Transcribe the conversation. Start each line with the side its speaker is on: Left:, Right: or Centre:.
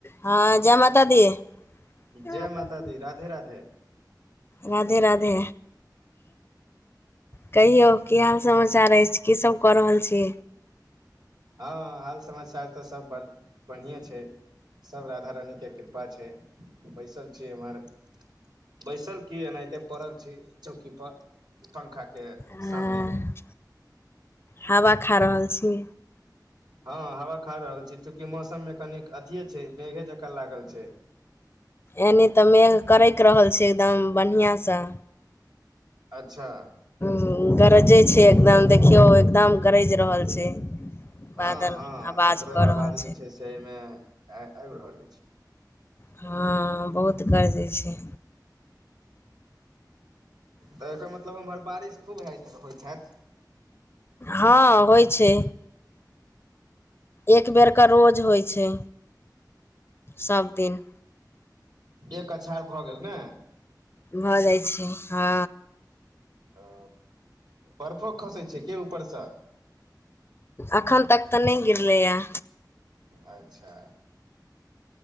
Left: हँ जय माता दी
Right: जय
Left: नमस्ते
Right: माता
Left: जी
Right: दी राधे राधे
Left: राधे राधे कहियौ की हाल समाचार अछि की सब कऽ रहल छी
Right: हँ हाल समाचार तऽ सब बर बढ़िएँ छै सभ राधा रानीके कृपा छै बैसल छियै एम्हर बैसल की एनाहिते पड़ल छी चौकी पर पंखाकेँ
Left: हँ
Right: सामने मे
Left: हवा खा रहल छी
Right: हँ हवा खा रहल छी चूँकि मौसममे कनिक अथिये छै मेघे जकाँ लागल छै
Left: एनी तऽ मेघ करैक रहल छै एकदम बढ़िआसँ
Right: अच्छा
Left: हूँ गरजै छै एकदम देखियौ एकदम गरजि रहल छै
Right: हँ
Left: बादल
Right: हँ
Left: आवाज
Right: ओकरो
Left: कऽ
Right: आवाज
Left: रहल
Right: जे छै से एहिमे आबि रहल अछि
Left: हँ बहुत गरजै छै
Right: तऽ एकर मतलब ओमहर बारिश खूब हइ होइत हैत
Left: हँ होइ छै एक बेर केँ रोज होइ छै सबदिन
Right: एक अछार भऽ गेल नै
Left: भऽ जाइ छै ह
Right: ओ बर्फो खसे छै के ऊपर सँ
Left: एखन तक तऽ नहि गेलिए य
Right: अच्छा।